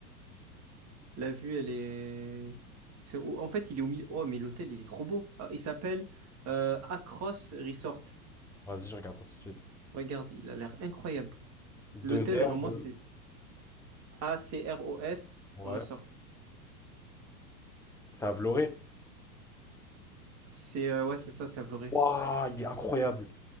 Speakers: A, on the right; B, in the centre.
A: La vue, elle est. c'est au- En fait, il est au milieu. Oh, mais l'hôtel, il est trop beau. Ah, Il s'appelle euh, Acros Resort.
B: Vas-y, je regarde ça tout de suite.
A: Regarde, il a l'air incroyable.
B: Deux
A: L'hôtel,
B: heures
A: vraiment,
B: de...
A: c'est A-C-R-O-S
B: Ouais.
A: Resort.
B: C'est à Vloré.
A: C'est euh, ouais, c'est ça, c'est à Vloré.
B: Waouh, il est incroyable.